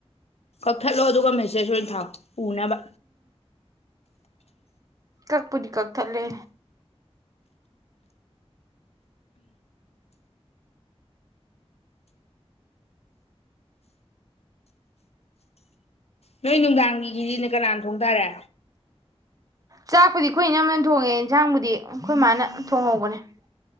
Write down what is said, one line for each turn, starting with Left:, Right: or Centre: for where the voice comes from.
Left: ꯀꯛꯊꯠꯂꯣ ꯑꯗꯨꯒ ꯃꯦꯁꯦꯖ ꯑꯣꯏꯅ ꯊꯥꯎ ꯎꯅꯕ
Right: ꯀꯛꯄꯨꯗꯤ ꯀꯛꯊꯠꯂꯦ
Left: ꯅꯣꯏ ꯅꯨꯡꯗꯥꯡꯒꯤꯒꯤꯗꯤꯅꯦ ꯀꯅꯥꯅ ꯊꯣꯡ ꯇꯔꯦ
Right: ꯆꯥꯛꯄꯨꯗꯤ ꯑꯩꯈꯣꯏ ꯏꯅꯝꯅꯅ ꯊꯣꯡꯉꯦ ꯏꯟꯁꯥꯡꯕꯨꯗꯤ ꯑꯩꯈꯣꯏ ꯃꯥꯅ ꯊꯣꯡꯍꯧꯕꯅꯦ ꯍꯝ